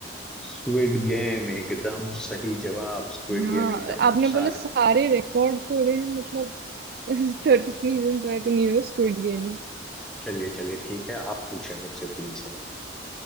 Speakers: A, in the centre; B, on the right (about 50°).
A: स्क्विड गेम एकदम सही जवाब स्क्विड
B: हाँ
A: गेम एकदम
B: आपने बोला
A: सारे
B: सारे रिकॉर्ड तोड़े हैं मतलब <laughs> थर्टीन रीजंस वाई तो नहीं होगा स्क्विड गेम
A: चलिए चलिए ठीक है आप पूछे मुझसे तीन सवाल